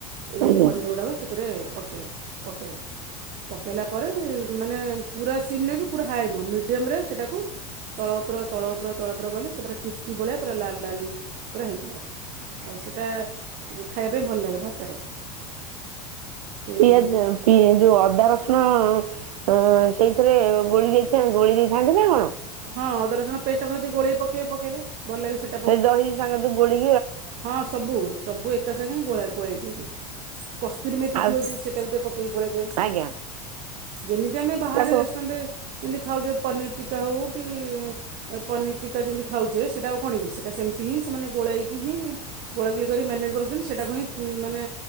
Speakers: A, on the right (about 50°); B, on the right (about 70°).
A: ଏଇ
B: ଆଜ୍ଞା।
A: ପନିର୍ ଗୁଡ଼ାକ ସେଥିରେ ପକାଏ ପକେଇବେ ପକାଇଲା ପରେ ମାନେ ପୁରା ସିମ୍ ନୁହେଁ କି ପୁରା ହାଏ ନୁହେଁ ମିଡ଼ିୟମରେ ସେଟାକୁ। ତଳ ଉପର ତଳ ଉପର ତଳ ଉପର ଗଲେ ସେ ପୁରା କ୍ରିସ୍ପି ଭଳିଆ ପୁରା ଲାଲ୍ ଲାଲ୍ ପୁରା ହେଇଯିବ ଆଉ ସେଇଟା ଖାଇବା ପାଇଁ ଭଲ ଲାଗେ ଭାତରେ। ସେଇ
B: ପିଆଜ ପି ଯୋଉ ଅଦା ରସୁଣ ଅଁ ସେଇ ଏଥିରେ ଗୋଳି ଦେଇଥା ଗୋଳି ଦେଇଥାନ୍ତି ନା କଣ?
A: ହଁ ଅଦା ରସୁଣ ପେଷ୍ଟ ତମେ ଯଦି ଗୋଳେଇ ପକେଇ ପକେଇବେ ଭଲ ଲାଗେ ସେଠି
B: ହେଇ ଦହି ସାଙ୍ଗେରେ ଯୋଉ ଗୋଲଇକି
A: ହଁ ସବୁ, ସବୁ ଏକା ସାଙ୍ଗେ ଗୋଳା ଗୋଳେଇଦେଇଦବୁ। କସ୍ତୁରୀମେଥି
B: ଆଉ
A: ଥିବ ଯଦି ସେଇଟା ଟିକେ ପକେଇକି ଗୋଳାଇଦବେ।
B: ଆଜ୍ଞା
A: ଯେମିତି ଆମେ ବାହାରେ
B: ତାକୁ
A: ରେଷ୍ଟୁରାଣ୍ଟରେ ଯେମିତି ଖାଉଛେ ପନିର୍ ଟୀକା ହଉ କି ପନିର୍ ଟୀକା ଯେମିତି ଖାଉଛେ ସେଇଟା ଆଉ କଣ କି? ସେଇଟା ସେମିତି ହିଁ ସେମାନେ ଗୋଳେଇକି ହିଁ ଗୋଳାଗୁଳି କରି ମ୍ୟାନେଟ୍ କରି ରଖୁଛନ୍ତି, ସେଇଟାକୁ ହିଁ ମାନେ